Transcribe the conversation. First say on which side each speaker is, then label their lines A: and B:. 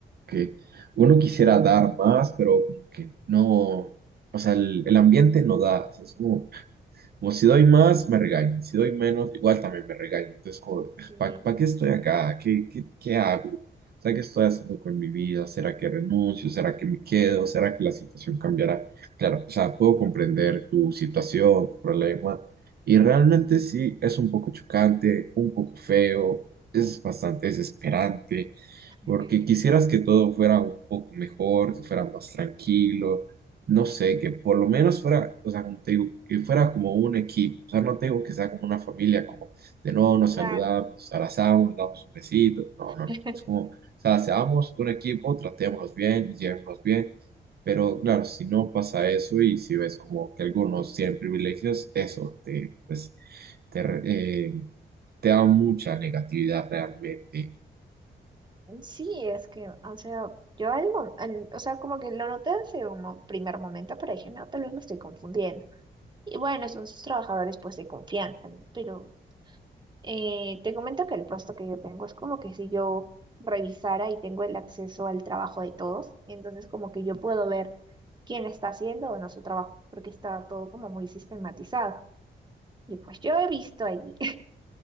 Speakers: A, on the right; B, on the right.
A: que uno quisiera dar más, pero como que no, o sea, el, el ambiente no da, o sea, es como como si doy más, me regañan. Si doy menos, igual también me regañan. Entonces, como,
B: Sí,
A: ¿para qué estoy acá? ¿Qué, qué, qué hago? O sea, ¿qué estoy haciendo con mi vida? ¿Será que renuncio? ¿Será que me quedo? ¿Será que la situación cambiará? Claro, o sea, puedo comprender tu situación, tu problema. Y realmente sí, es un poco chocante, un poco feo, es bastante desesperante
B: <laughs>
A: porque quisieras que todo fuera un poco mejor, que fuera más tranquilo, no sé, que por lo menos fuera, o sea, como te digo, que fuera como un equipo, o sea, no tengo que sea como una familia, como de no, nos
B: claro.
A: saludamos, nos abrazamos, nos damos un besito, no,
B: <laughs>
A: no, no, es como, o sea, seamos un equipo, tratémonos bien y llevémonos bien. Pero claro, si no pasa eso y si ves como que algunos tienen privilegios, eso te, pues, te, re- eh, te da mucha negatividad realmente.
B: Sí, es que, o sea, yo al mom- al- o sea, como que lo noté hace un mo- primer momento, pero dije, no, tal vez me estoy confundiendo. Y bueno, son sus trabajadores, pues, de confianza, ¿no? Pero eh, te comento que el puesto que yo tengo es como que si yo revisara y tengo el acceso al trabajo de todos, entonces como que yo puedo ver quién está haciendo o no su trabajo, porque está todo como muy sistematizado. Y pues yo he visto ahí